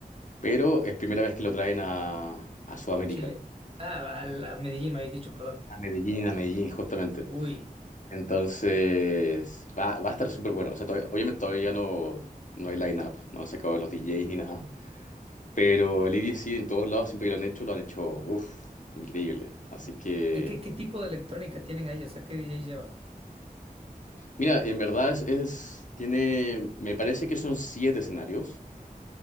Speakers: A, on the left (about 55°); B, on the right (about 40°).
A: pero es primera vez que lo traen a, a Sudamérica,
B: a Chile. Ah, a, la- a Medellín me habéis dicho, perdón.
A: a Medellín, a Medellín justamente.
B: Uy,
A: Entonces, va, va a estar súper bueno. O sea, todavía- obviamente todavía no, no hay line-up, no se acabó los DJs ni nada. Pero el EDC en todos lados, siempre que lo han hecho, lo han hecho, uff, increíble. Así que,
B: ¿y qué, qué tipo de electrónica tienen ahí? O sea, ¿qué DJs llevan?
A: mira, en verdad es, es- tiene, me parece que son siete escenarios.